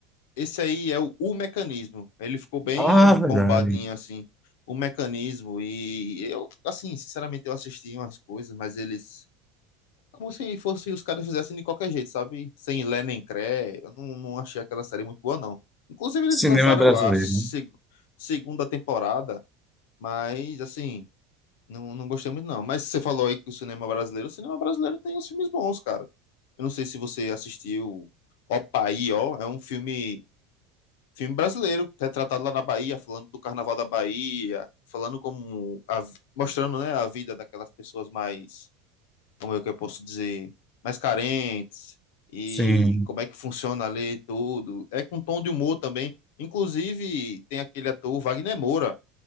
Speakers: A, on the left; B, in the centre.
A: esse aí é o, o mecanismo. Ele ficou bem
B: Ah, verdade.
A: bombadinho assim, o mecanismo e eu, assim, sinceramente eu assisti umas coisas, mas eles Como se fosse os caras fizessem de qualquer jeito, sabe? Sem lé nem cré. Eu não, não achei aquela série muito boa, não. Inclusive, eles
B: Cinema
A: lançaram
B: brasileiro,
A: a seg-
B: né?
A: segunda temporada, mas assim, não, não gostei muito, não. Mas você falou aí que o cinema brasileiro, o cinema brasileiro tem uns filmes bons, cara. Eu não sei se você assistiu Opa aí, ó. É um filme, filme brasileiro, retratado lá na Bahia, falando do Carnaval da Bahia, falando como. a- mostrando, né, a vida daquelas pessoas mais como é que eu posso dizer, mais carentes, e
B: Sim.
A: como é que funciona ali tudo. É com tom de humor também. Inclusive, tem aquele ator, Wagner Moura.